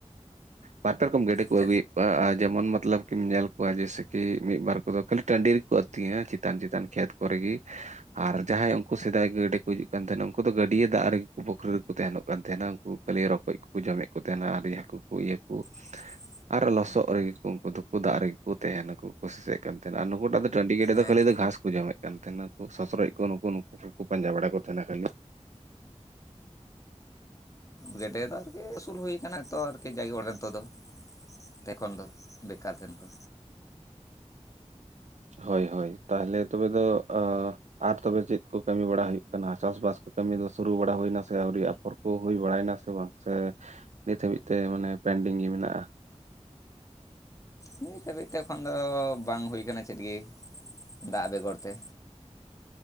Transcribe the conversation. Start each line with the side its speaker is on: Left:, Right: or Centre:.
Right: ᱵᱟᱨ ᱯᱮ ᱨᱚᱠᱚᱢ ᱜᱮᱰᱮ ᱠᱚ
Left: ᱪᱮᱫ
Right: ᱟᱹᱜᱩᱭᱮᱫ ᱠᱚᱣᱟ ᱟᱨ ᱡᱮᱢᱚᱱ ᱢᱚᱛᱞᱚᱵ ᱠᱤᱢ ᱧᱮᱞ ᱠᱚᱣᱟ ᱡᱮᱥᱮ ᱠᱤ ᱢᱤᱫᱵᱟᱨ ᱠᱚᱫᱚ ᱠᱷᱟᱹᱞᱤ ᱴᱟᱺᱰᱤ ᱨᱮᱠᱚ ᱟᱹᱛᱤᱧᱟ ᱪᱮᱛᱟᱱ ᱪᱮᱛᱟᱱ ᱠᱷᱮᱛ ᱠᱚᱨᱮ ᱜᱮ ᱟᱨ ᱡᱟᱦᱟᱸᱭ ᱩᱱᱠᱩ ᱥᱮᱫᱟᱭ ᱜᱮᱰᱤ ᱠᱚ ᱦᱤᱡᱩᱜ ᱠᱟᱱ ᱛᱟᱦᱮᱱᱟ ᱩᱱᱠᱩ ᱫᱚ ᱜᱟᱹᱰᱭᱟᱹ ᱫᱟᱜ ᱨᱮᱜᱮ ᱯᱠᱷᱨᱤ ᱨᱮᱠᱚ ᱛᱟᱦᱮᱱᱚᱜ ᱠᱟᱱ ᱛᱟᱦᱮᱱᱟ ᱩᱱᱠᱩ ᱠᱷᱟᱹᱞᱤ ᱨᱚᱠᱚᱡ ᱠᱚᱠᱚ ᱡᱚᱢᱮᱫ ᱠᱚ ᱛᱟᱦᱮᱱᱟ ᱟᱨ ᱤᱭᱟᱹ ᱦᱟᱠᱩ ᱦᱩᱭ ᱟᱠᱚ
Left: <inaudible>
Right: ᱟᱨ ᱞᱚᱥᱚᱜ ᱨᱮᱜᱮ ᱠᱚ ᱩᱱᱠᱩ ᱫᱚᱠᱚ ᱫᱟᱜ ᱨᱮᱜᱮ ᱠᱚ ᱛᱟᱦᱮᱸ ᱱᱟᱠᱚ ᱠᱩᱥᱤ ᱥᱮᱫ ᱠᱟᱱ ᱛᱟᱦᱮᱸᱱᱟ ᱟᱨ ᱱᱩᱠᱩ ᱴᱟᱜ ᱫᱚ ᱴᱟᱺᱰᱤ ᱜᱮᱰᱮ ᱫᱚ
Left: ᱦᱮᱸ
Right: ᱠᱷᱟᱹᱞᱤ ᱫᱚ ᱜᱷᱟᱸᱥ ᱠᱚ ᱡᱚᱢᱮᱫ ᱠᱟᱱ ᱛᱟᱦᱮᱸᱱᱟᱠᱩ ᱥᱚᱥᱨᱚᱡ ᱠᱚ ᱱᱩᱠᱩ ᱱᱩᱠᱩ ᱠᱚᱠᱚ ᱯᱟᱸᱡᱟ ᱵᱟᱲᱟ ᱠᱚ ᱛᱟᱦᱮᱸᱱᱟ ᱠᱷᱟᱹᱞᱤ
Left: ᱜᱮᱰᱮ ᱫᱚ ᱟᱨᱠᱤ ᱟᱹᱥᱩᱞ ᱦᱩᱭ ᱟᱠᱟᱱᱟ ᱛᱚ ᱟᱨᱠᱤ ᱡᱟᱜᱮ ᱚᱲ ᱱᱤᱛᱚᱜ ᱫᱚ ᱛᱮᱠᱷᱚᱱ ᱫᱚ ᱵᱮᱠᱟᱨ ᱛᱟᱦᱮᱱ ᱠᱚ
Right: ᱦᱳᱭ ᱦᱳᱭ ᱛᱟᱦᱚᱞᱮ ᱛᱚᱵᱮ ᱫᱚ ᱟᱸ ᱟᱨ ᱛᱚᱵᱮ ᱪᱮᱫ ᱠᱚ ᱠᱟᱹᱢᱤ ᱵᱟᱲᱟ ᱦᱩᱭᱩᱜ ᱠᱟᱱᱟ ᱪᱟᱥ ᱵᱟᱥ ᱠᱚ ᱠᱟᱹᱢᱤ ᱫᱚ ᱥᱩᱨᱩ ᱵᱟᱲᱟ ᱦᱩᱭᱮᱱᱟ ᱥᱮ ᱟᱹᱣᱨᱤᱭᱟ ᱦᱚᱲ ᱠᱚ ᱦᱩᱭ ᱵᱟᱲᱟᱭᱮᱱᱟ ᱥᱮ ᱵᱟᱝ ᱥᱮ ᱱᱤᱛ ᱦᱟᱹᱵᱤᱡ ᱛᱮ ᱢᱟᱱᱮ ᱯᱮᱱᱰᱤᱝ ᱜᱮ ᱢᱮᱱᱟᱜ-ᱟ
Left: ᱱᱤᱛ ᱫᱷᱟᱹᱵᱤᱡ ᱛᱮ ᱮᱠᱷᱚᱱ ᱫᱚ ᱵᱟᱝ ᱦᱩᱭ ᱟᱠᱟᱱᱟ ᱪᱮᱫ ᱜᱮ ᱫᱟᱜ ᱵᱮᱜᱚᱨ ᱛᱮ